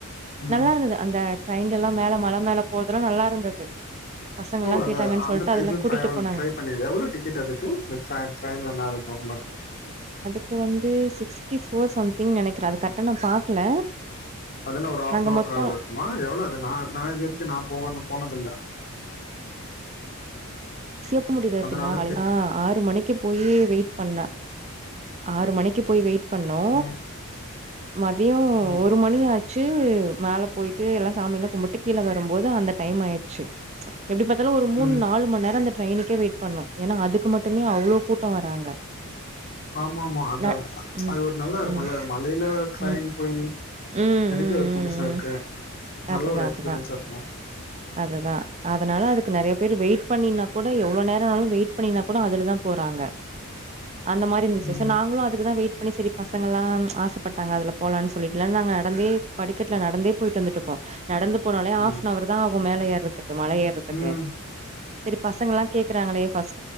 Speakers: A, on the left; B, on the right.
A: ம்
B: நல்லாருந்தது அந்த ட்ரெயின்லல்லா மேல மலமேல போறதுல்லா நல்லா இருந்தது பசங்கல்லா
A: ஓ அந்த
B: கேட்டாங்கன்னு
A: அந்த
B: சொல்ட்டு
A: ட்ரைய்ன்
B: அதுல கூட்டிட்டு
A: ட்ராவல்
B: போனாங்க
A: ட்ரை பண்ணி எவ்ளோ டிக்கெட் அதுக்கு ட்ராக் ட்ரெய்ன்ல மே போகனும் ச <unintelligible>
B: இங்கு வந்து சிக்ஸ்டி ஃபோர் சம்திங் நெனைக்கிறே அது கரெக்டா நா பாக்கல
A: அது என்ன ஒரு ஹாஃப்
B: நாங்க
A: னவர்
B: மொத்தோ
A: ட்ராவல் இருக்குமா எவ்ளோ அது நா நா இதுவரைக்கு நா போகணு போனதில்ல
B: <unintelligible> முடியுதுத்தமா
A: அதனால
B: காலல
A: கேக்குறே
B: ஆறு மணிக்கு போயி வெயிட் பண்ண ஆறு மணிக்கு போய் வெயிட் பண்ணோ
A: ம்
B: மதிய
A: ம்
B: ஒரு மணி ஆச்சு டு மேல போயிட்டு எல்லா சாமியெல்லாம் கும்பிட்டு கீழ வரும்போது அந்த டைம் ஆயிடுச்சி எப்டி பாத்தாலும் ஒரு மூன்நாலு
A: ம்
B: மண்நேரம் அந்த ட்ரெயினுக்கே வெயிட் பண்ணும் ஏன்னா அதுக்கு மட்டுமே அவ்ளோ கூட்ட வராங்க
A: ஆமாமா அந்ததா
B: ந ம்
A: அது ஒரு நல்லா இருக்கும்
B: ம்
A: இல்ல மலையில ட்ரய்ன்
B: ம் ம்
A: போயி
B: ம்
A: எனக்கே
B: ம்
A: ஒரு புதுசா
B: ம்
A: இருக்கு நல்ல
B: அதுதா
A: ஒரு எக்ஸ்பீரியன்ஸா
B: அதுதா
A: இருக்கும்
B: அதுதா அதனால அதுக்கு நெறைய பேர் வெயிட் பண்ணினா கூட இல்ல எவ்ளோ நேர ஆனாலு வெயிட் பண்ணினா கூட அதுல தா போறாங்க அந்த மாரி இருந்துச்சு
A: ம்
B: சோ நாங்களு அதுக்குதா வெயிட் பண்ணி சரி பசங்க எல்லா ஆசப்பட்டாங்க அதுல போலான் சொல்லி இதுல்லா நாங்க நடந்தே படிக்கட்ல நடந்தே போயிட்டுந்துட்டுப்போம் நடந்து போனாலே
A: ம்
B: ஆப்னவர் தாஆகு மேல ஏற இக்குமலை ஏறதுக்கு
A: ம்
B: சரி பசங்க எல்லா கேக்குறாங்களே பஸ்ட்